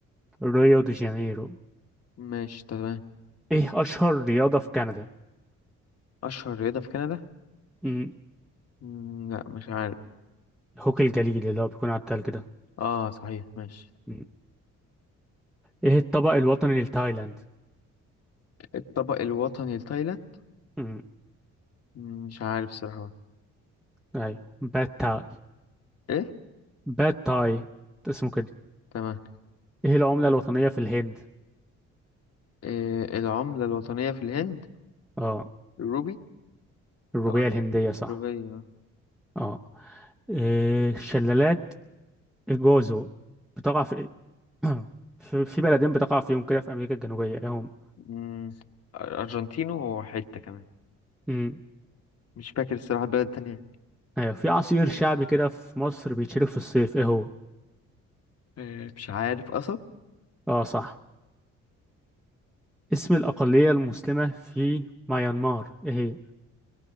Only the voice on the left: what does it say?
ماشي تمام
أشهر رياضة في كندا
مم، لا مش عارف
اه صحيح ماشي
الطبق الوطني لتايلاند
مم، مش عارف الصراحة
ايه
تمام
إيه العملة الوطنية في الهند
الروبي
أو
الروبية آه.
مم، أرجنتينو وحتة كمان
مش فاكر الصراحة البلد التانية
إيه، مش عارف قصب